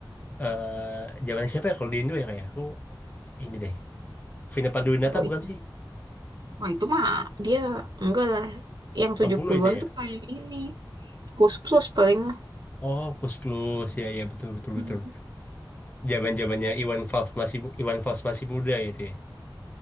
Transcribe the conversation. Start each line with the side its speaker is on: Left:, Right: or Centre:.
Left: eh zaman siapa ya kalau di Indo ya kayak aku ini deh. Vina Panduwinata
Right: Kalau
Left: bukan
Right: itu,
Left: sih?
Right: wah itu mah dia enggak lah. Yang
Left: delapan
Right: 70-an
Left: puluh itu ya.
Right: tuh kayak ini. Ghost Plus paling lah.
Left: Oh, Kus Plus. Ya, ya, betul, betul,
Right: Hmm.
Left: betul. Jaman-jamannya Iwan Fals masih bu- Iwan Fals masih muda itu ya.